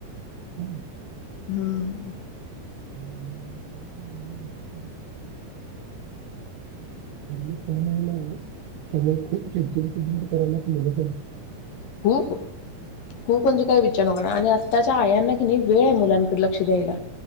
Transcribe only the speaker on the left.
हम्म
खूप. खूप म्हणजे काय विचारु नको. आणि आत्ताच्या आयांना कि नाही वेळ आहे मुलांकडे लक्ष द्यायला.